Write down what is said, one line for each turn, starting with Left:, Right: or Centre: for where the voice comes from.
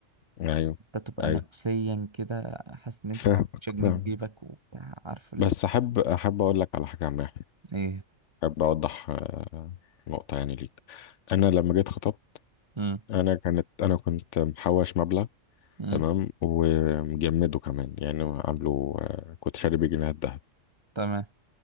Left: ايوه
Right: انت تبقى
Left: ايوه
Right: نفسيا كده حاسس ان انت
Left: <laughs> فاهمك
Right: مش جنيه
Left: فاهمك
Right: في جيبك وبتاع عارف ال...
Left: بس احب احب اقول لك على حاجه عامه
Right: ايه
Left: احب اوضح آه، نقطه يعني ليك انا لما جيت خطبت
Right: مم.
Left: انا كانت انا كنت محوش مبلغ
Right: مم.
Left: تمام ومجمده كمان يعني عامله آه، كنت شاري بيه جنيهات دهب
Right: تمام